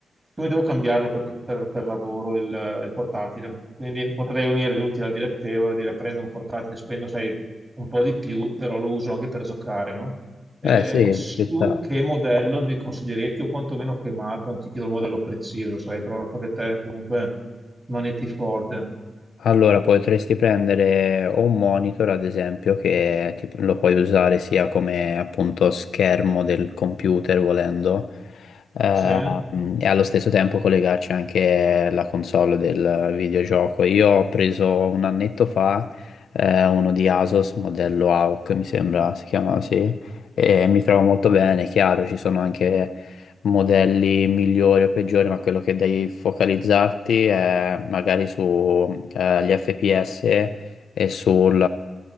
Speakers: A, on the right; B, on the left.
A: come devo cambiarlo per, per- per lavoro il, il portatile? Quindi potrei unire l'utile al dilettevole, dire prendo un portatile, spendo sai, un po' di più, però lo uso anche per giocare, no? Eh,
B: Eh sì,
A: su
B: ci sta.
A: che modello mi consiglieresti o quantomeno che marca? Non ti chiedo il modello preciso, sai, però so che te comunque manetti forte.
B: Allora, potresti prendere o un monitor, ad esempio, che ti- lo puoi usare sia come appunto schermo del computer volendo, eh,
A: Sì?
B: e allo stesso tempo collegarci anche la console del videogioco. Io ho preso un annetto fa, eh, uno di Asus, modello AOC, mi sembra si chiama, sì, e mi trovo molto bene, chiaro, ci sono anche modelli migliori o peggiori, ma quello che devi focalizzarti è magari sugli FPS e sul